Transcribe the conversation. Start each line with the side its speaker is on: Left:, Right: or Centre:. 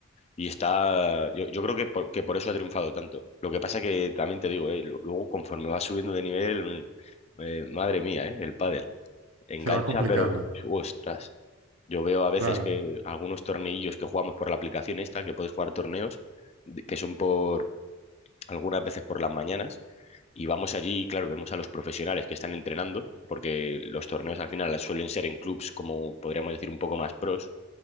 Left: y está, yo, yo creo que por, que por eso ha triunfado tanto. Lo que pasa que también te digo, ¿eh? lu- Luego conforme vas subiendo de nivel, eh, madre mía, ¿eh? El pádel engancha,
Right: Se va complicando,
Left: pero ostras. Yo veo a veces
Right: claro,
Left: que algunos torneillos que jugamos por la aplicación esta, que puedes jugar torneos, de- que son por algunas veces por las mañanas, y vamos allí y claro, vemos a los profesionales que están entrenando, porque los torneos al final suelen ser en clubs como podríamos decir un poco más pros,